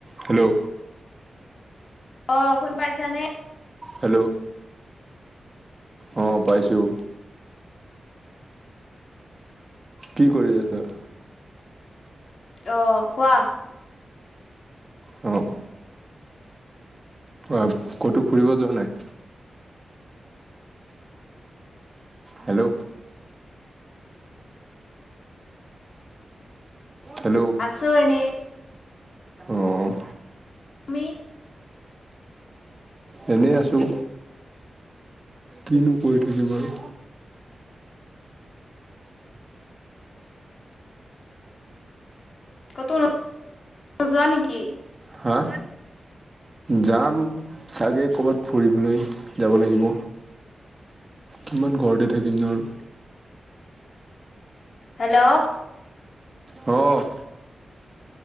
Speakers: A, on the right (about 25°); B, on the left (about 60°).
A: Hello.
B: অ', শুনি পাইছা নে?
A: হেল্ল'। অঁ', -পাইছোঁ। কি কৰি আছা?
B: অ', কোৱা?
A: অ'। অহ', ক'তো ফুৰিব যোৱা নাই? হেল্ল'। হেল্ল',
B: আছো এনেই
A: অঁ',।
B: তুমি?
A: এনেই আছোঁ। কিনো কৰি থাকিম আৰু।
B: ক'ত নোযোৱা নেকি?
A: হা'? যাম চাগে ক'ৰবাত ফুৰিবলৈ যাব লাগিব। কিমান ঘৰতে থাকিম নো আৰু।
B: হেল্ল'?
A: অ'।